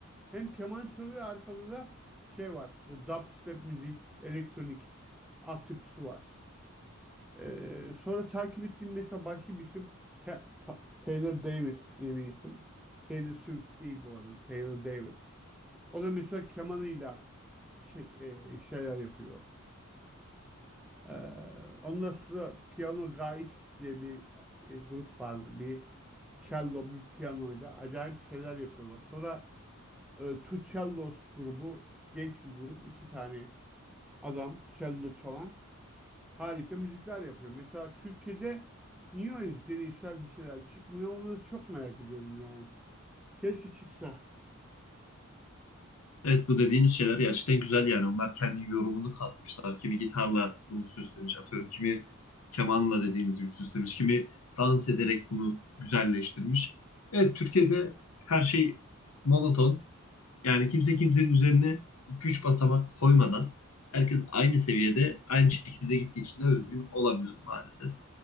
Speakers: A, in the centre; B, on the left.
A: hem keman çalıyor arkada da şey var. Bu dubstep müziği elektronik altyapısı var. Ee, sonra takip ettiğim mesela başka bir isim Ta- Ta- Taylor Davis diye bir isim. Taylor Swift değil bu arada. Taylor Davis. O da mesela kemanıyla şey, e, şeyler yapıyor. Ee, ondan sonra Piano Guys diye bir e, grup vardı. Bir cello, bir piyanoyla acayip şeyler yapıyorlar. Sonra e, Two Cellos grubu, genç bir grup. iki tane adam cello çalan harika müzikler yapıyor. Mesela Türkiye'de niye öyle deneysel bir şeyler çıkmıyor? Onu da çok merak ediyorum yani. Keşke çıksa.
B: Evet bu dediğiniz şeyler gerçekten güzel yani. Onlar kendi yorumunu katmışlar. Kimi gitarla bunu süslemiş. Atıyorum kimi kemanla
A: Evet.
B: dediğiniz gibi süslemiş. Kimi dans ederek bunu güzelleştirmiş. Evet Türkiye'de her şey monoton. Yani kimse kimsenin üzerine iki üç basamak koymadan herkes aynı seviyede aynı şekilde gittiği için de özgün olamıyor maalesef.